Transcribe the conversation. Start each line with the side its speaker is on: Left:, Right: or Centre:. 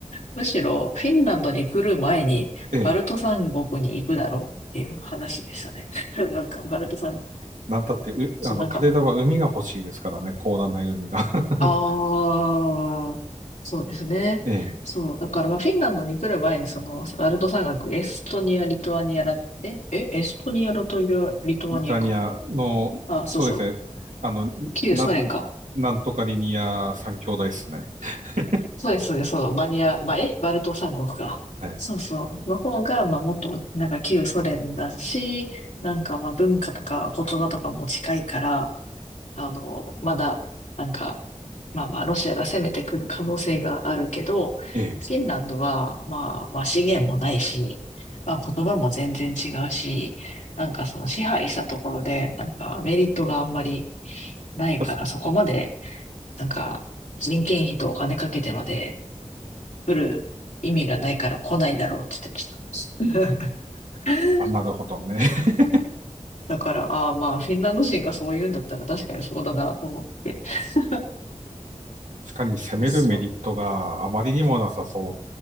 Left: むしろフィンランドに来る前にバルト三国に行くだろうっていう話でしたね。
Right: ええ
Left: <laughs> なんか、バルト三、
Right: なんたって、う、
Left: そう、
Right: あの、
Left: なんか、
Right: カデラは海が欲しいですからね、広大ない海が。
Left: ああ、
Right: <laughs>
Left: そうですね。
Right: ええ
Left: そう、だから、まあ、フィンランドに来る前に、その、バルト三国、エストニア、リトアニアだって、え、エストニア、ラトビア、リトアニアか。
Right: ブリタニアの、
Left: あ、
Right: そうですね、
Left: そうそう。
Right: あの、
Left: 旧ソ連か。
Right: な、なんとかリニア三兄弟ですね。<laughs>
Left: そうです、そうです、そう。バニア、ばえ、バルト三国か。
Right: はい。
Left: そうそう。の方が、まあ、もっと、なんか旧ソ連だし、なんか、まあ、文化とか言葉とかも近いから、あの、まだ、なんか、まあまあ、ロシアが攻めてくる可能性があるけど、
Right: ええ
Left: フィンランドは、まあ、まあ、資源もないし、まあ、言葉も全然違うし、なんかその支配したところで、なんかメリットがあんまりないから、
Right: たし
Left: そこまで、なんか、人件費とお金かけてまで来る意味がないから来ないだろうって言ってました。<laughs>
Right: あ、なるほどね。<laughs>
Left: だから、ああまあ、フィンランド人がそう言うんだったら確かにそうだなと思って。<laughs>
Right: 確かに攻めるメリットがあまりにもなさそ
Left: そうそう。